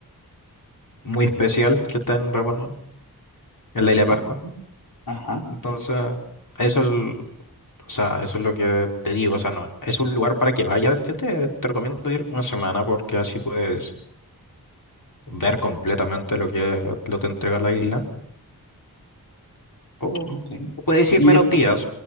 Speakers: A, on the left; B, on the left.
A: muy especial que está en Rapa Nui, en la isla de
B: Ok,
A: Pascua.
B: Ajá,
A: Entonces, eso es, el- o sea, eso es lo que te digo, o sea, no, es un lugar para que vayas. Yo te, te recomiendo ir una semana porque así puedes ver completamente lo que lo te entrega la isla. O,
B: ok.
A: o puedes
B: ¿Y
A: ir menos
B: es,
A: días,